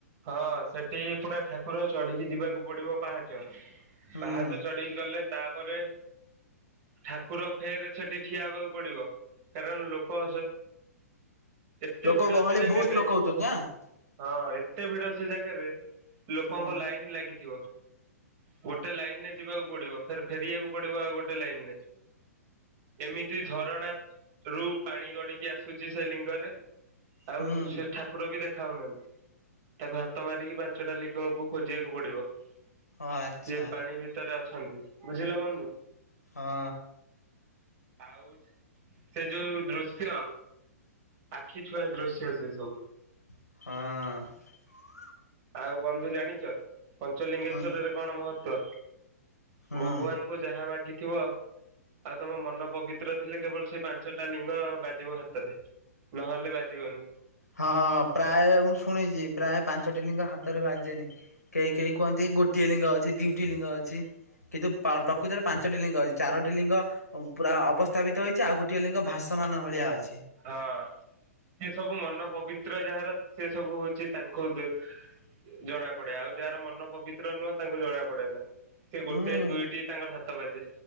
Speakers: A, on the right (about 35°); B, on the left (about 85°).
A: ହଁ ସେଠି ପୁରା ଠାକୁର ଅ ଚଢି଼କି ଯିବାକୁ ପଡିବ ପାହାଚ
B: ହୁଁ
A: ପାହାଚ ଚଢି଼କି ଗଲେ ତା ପରେ ଠାକୁର ଫେର ସେଠି ଠିଆ ହେବାକୁ ପଡିବ କାରଣ ଲୋକ ଏତେ
B: ଲୋକ
A: ଭିଡ
B: ଗହଳି
A: ସେ ଜାଗାରେ
B: ବହୁତ ଲୋକ ହଉଛନ୍ତି ଆଁ।
A: ହଁ ଏତେ ଭିଡ ସେ ଜାଗାରେ ଲୋକଙ୍କ
B: ହୁଁ।
A: ଲାଇନ୍ ଲାଗିଚି। ଗୋଟେ ଲାଇନ ରେ ଯିବାକୁ ପଡିବ ଫେର ଫେରିବାକୁ ପଡିବ ଆଉ ଗୋଟେ ଲାଇନ ରେ ଏମିତି ଝରଣା ରୁ ପାଣି ଗଡି଼କି ଆସୁଛି ସେ ଲିଙ୍ଗରେ ଆଉ
B: ହୁଁ
A: ସେ ଠାକୁର ବି ଦେଖ ଖାଉନାହାନ୍ତି। ତାକୁ ହାତ ମାରିକି ପାଞ୍ଚଟା ଲିଗକୁ ଖୋଜିବାକୁ ପଡିବ। ସିଏ
B: ଓ ଆଚ୍ଛା
A: ପାଣି ଭିତର ଛନ୍ତି ବୁଝିଲ ବନ୍ଧୁ।
B: ହଁ
A: ଆଉ ସେ ଯଉ ଦୃଶ୍ୟ। ଆଖି ଛୁଆଁ ଦୃଶ୍ୟ ସେ ସବୁ
B: ହଁ।
A: ଆଉ ବନ୍ଧୁ ଜାଣିଚ ପଞ୍ଚଲିଙ୍ଗେଶ୍ୱରରେ
B: ହୁଁ
A: କଣ ମହ ତ୍ଵ
B: ହୁଁ।
A: ଭଗବାନଙ୍କୁ ଯାହା ମାଗି ଥିବ ଆଉ ତମ ମନ ପବିତ୍ର ଥିଲେ। କେବଳ ସେ ପାଞ୍ଚଟା ଲିଙ୍ଗ ବାଜିବ ହାତରେ ନହେଲେ ବାଜିବନି।
B: ହଁ ପ୍ରାୟେ ମୁଁ ଶୁଣିଚି ପ୍ରାୟେ ପାଞ୍ଚ ଟି ଲିଙ୍ଗ ହାତରେ ବାଜେନି। କେହି କେହି କୁହନ୍ତି ଗୋଟିଏ ଲିଙ୍ଗ ଅଛି ଦୁଇଟି ଲିଙ୍ଗ ଅଛି। କିନ୍ତୁ ପ୍ରକୃତରେ ପାଞ୍ଚ ଟି ଲିଙ୍ଗ ଅଛି। ଚାରୋଟି ଲିଙ୍ଗ ପୁରା ଅବସ୍ଥାପିତ ହେଇଛି ଆଉ ଗୋଟେଏ ଲିଙ୍ଗ ଭାସମାନ ଭଳିଆ ଅ
A: ହଁ ସେ ସବୁ ମନ ପବି ତ୍ର ଯାହାର ସେ ସବୁ ହଉଛି ତାଙ୍କୁ ଜଣା ପଡେ। ଆଉ ଯାହାର ମନ ପବିତ୍ର ନୁହଁ ତାଙ୍କୁ ଜଣା ପଡେ ନା। ସେ ଗୋଟେ
B: ହୁଁ
A: ଦୁଇଟି ତାଙ୍କର ହାତ ବାଜେ